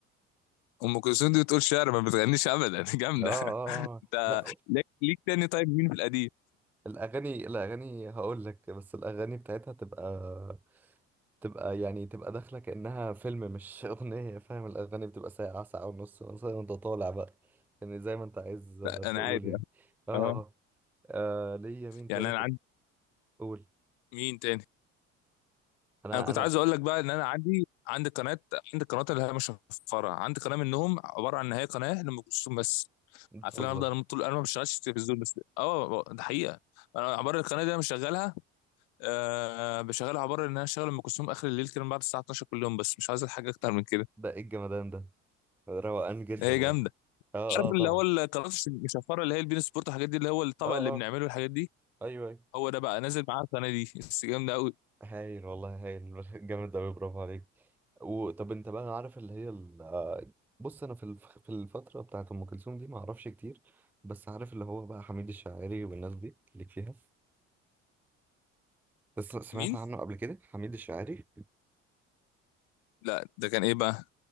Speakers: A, on the left; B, in the centre.
A: ام كلثوم دي بتقول شعر ما بتغنيش ابدا <laughs> جامده
B: اه اه آه. آه.
A: انت
B: لا
A: ليك ليك تاني طيب مين في القديم
B: الأغاني الأغاني هقول لك بس الأغاني بتاعتها تبقى تبقى يعني تبقى داخلة كأنها فيلم مش <laughs> أغنية فاهم الأغاني بتبقى ساعة ساعة ونص مثلا أنت طالع بقى يعني زي ما أنت عايز آه،
A: لا
B: تقول
A: انا عادي
B: يعني اه
A: اه
B: اه آه، آه، ليا مين
A: يعني
B: تاني
A: انا
B: في
A: عندي
B: الأول
A: مين تاني
B: أنا
A: انا كنت
B: أنا
A: عايز اقول لك بقى ان انا عندي عندي قناه عندي قناه اللي هي مش مشفره عندي قناه منهم عباره عن ان هي قناه لام كلثوم بس
B: بتهزر
A: عارف ان انا افضل طول انا ما بشتغلش في التلفزيون بس اه ده حقيقه انا عباره القناه دي انا مشغلها آه بشغلها عباره ان انا شغال ام كلثوم اخر الليل كده من بعد الساعه 12 كل يوم بس مش عايز حاجه اكتر من كده
B: ده إيه الجمدان ده روقان جدا
A: هي
B: يعني
A: جامده
B: اه
A: عارف
B: اه طبعا
A: اللي هو القناه المشفره اللي هي البين سبورت والحاجات دي اللي هو الطبق
B: اه
A: اللي بنعمله
B: اه
A: الحاجات دي
B: أيوه أيوه
A: هو ده بقى نازل معاه القناه دي بس جامده قوي
B: هايل والله هايل <laughs> جامد أوي برافو عليك وطب أنت بقى عارف اللي هي بص انا في الف... في الفتره بتاعت ام كلثوم دي ما اعرفش كتير بس عارف اللي هو بقى حميد الشاعري والناس دي ليك فيها بس سمعت
A: مين
B: عنه قبل كده حميد الشاعري
A: لا ده كان ايه بقى